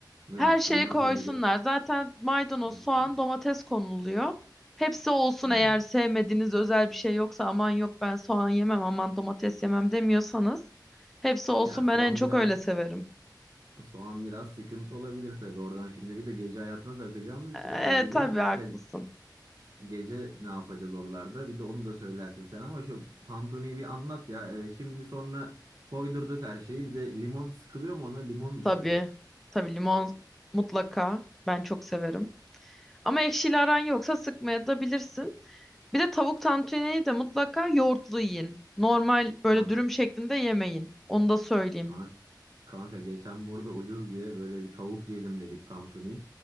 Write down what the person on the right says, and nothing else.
mı
yapsın
nasıl
bir
yani
şey-
Hmm.
Ya soğan
biraz
soğan biraz sıkıntı olabilir tabii oradan şimdi bir de gece hayatına da akacağımız
için geceleyin
de gece ne yapacağız oralarda bir de onu da söylersin sen ama şu tantuniyi bir anlat ya E, şimdi sonra koydurduk her şeyi bir de limon sıkılıyor mu ona limon mu
sıkacağız
kanka
Kan- Kanka geçen burada ucuz diye böyle bir tavuk yiyelim dedik tantuni.